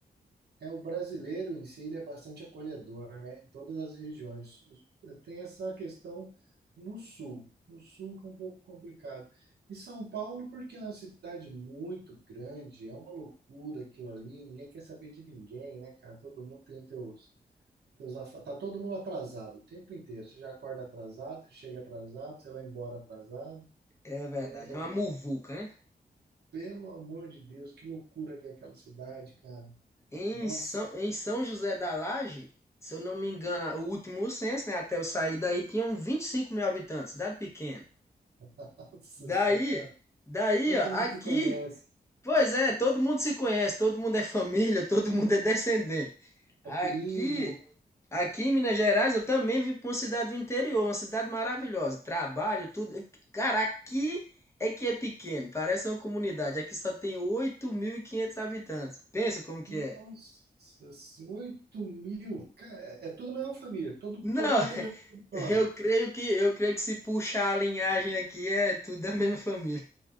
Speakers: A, on the right; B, on the left.
A: É, o brasileiro em si, ele é bastante acolhedor, né? Em todas as regiões. Os- Tem essa questão no sul. No sul que é um pouco complicado. E São Paulo, porque é uma cidade muito grande, é uma loucura aquilo ali, ninguém quer saber de ninguém, né, cara? Todo mundo tem os teus, teus afa- Tá todo mundo atrasado o tempo inteiro. Você já acorda atrasado, chega atrasado, você vai embora atrasado.
B: É verdade,
A: É,
B: é uma
A: é,
B: muvuca, né?
A: Pelo amor de Deus, que loucura que é aquela cidade, cara.
B: Em
A: Nossa,
B: São, em São José da Laje, se eu não me engano, o último censo, né? Até eu sair daí, tinham 25 mil habitantes, cidade pequena.
A: <laughs> nossa
B: Daí,
A: senhora.
B: daí,
A: Todo
B: ó, aqui,
A: mundo se conhece.
B: pois é, todo mundo se conhece, todo mundo é família, <laughs> todo mundo é descendente. Aqui,
A: É primo.
B: Aqui em Minas Gerais eu também vim para uma cidade do interior, uma cidade maravilhosa. Trabalho, tudo. Cara, aqui é que é pequeno, parece uma comunidade. Aqui só tem 8.500 habitantes. Pensa como que
A: Nossa,
B: é.
A: assim, 8 mil. Cara, é é tudo a mesma família. Todo,
B: Não,
A: todo mundo
B: <laughs>
A: tem o mesmo sobrenome.
B: eu creio que eu creio que se puxar a linhagem aqui é tudo da mesma família.